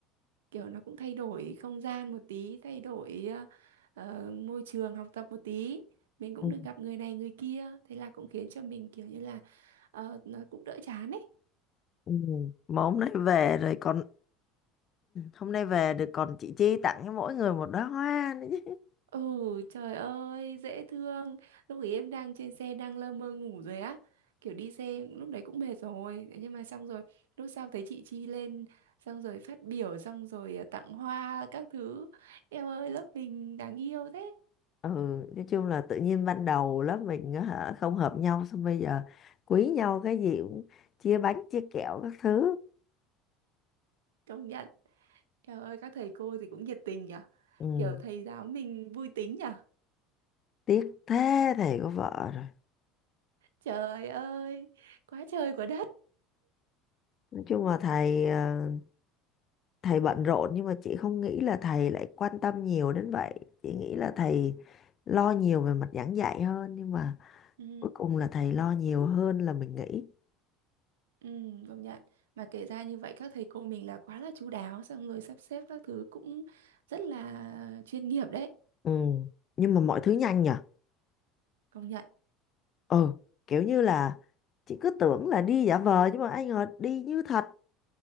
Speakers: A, on the right; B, on the left.
A: kiểu nó cũng thay đổi không gian một tí thay đổi ờ, ờ, môi trường học tập một tí mình cũng
B: Ừ.
A: được gặp người này người kia thế là cũng khiến cho mình kiểu như là ờ, nó cũng đỡ chán ấy
B: Ừ. Mà hôm nay về rồi còn hôm nay về được còn chị Chi tặng cho mỗi người một đóa hoa nữa
A: ừ trời ơi dễ thương lúc ấy em đang trên xe đang lơ mơ ngủ rồi á kiểu đi xe lúc đấy cũng mệt rồi Thế nhưng mà xong rồi lúc sau thấy chị Chi lên xong rồi phát biểu xong rồi ờ, tặng hoa các thứ em ơi lớp mình đáng yêu thế
B: ừ nói chung là tự nhiên ban đầu lớp mình á hả không hợp nhau xong bây giờ quý nhau cái gì cũng chia bánh chia kẹo các thứ
A: công nhận Trời ơi các thầy cô thì cũng nhiệt tình nhỉ
B: ừ
A: Kiểu thầy giáo mình vui tính nhỉ
B: tiếc thế thầy có vợ rồi
A: Trời ơi Quá trời quá đất
B: nói chung là thầy ờ, thầy bận rộn nhưng mà chị không nghĩ là thầy lại quan tâm nhiều đến vậy chị nghĩ là thầy lo nhiều về mặt giảng dạy hơn nhưng mà
A: Ừ,
B: cuối cùng là thầy lo nhiều hơn là mình nghĩ
A: ừ, công nhận Mà kể ra như vậy các thầy cô mình là quá là chu đáo Xong rồi sắp xếp các thứ cũng Rất là chuyên nghiệp đấy
B: ừ nhưng mà mọi thứ nhanh nhở
A: Công nhận
B: ừ kiểu như là chị cứ tưởng là đi giả vờ nhưng mà ai ngờ đi như thật